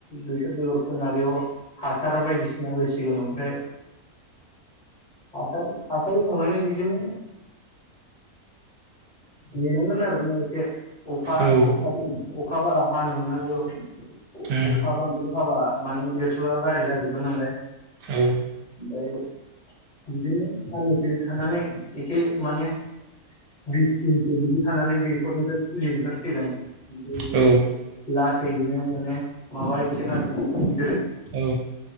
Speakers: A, on the left; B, on the right.
A: बेसोर बेगर फोना बेयाव हासार बायदिसिना होसिगोन ओमफ्राय हासार हासारि संनानै बिदिनो नेनांगोन आर ना एसे अखा
B: औ
A: अखा अखा बारा हानो मोना बेयाव
B: औ
A: अखा बांद्रु हाबा माने बेरथ'आ गाज्रि जाजोबगोन नालाय
B: औ
A: ओमफ्राय बिदिनो साननैसो थानानै एसे माने बिस जोंस बिदि थानानै बेसरनिफ्राय फुलि ओंखारसिगोन ओमफ्राय बि
B: औ
A: लासैयैनो माने माबा एसे नोन आरोख
B: औ।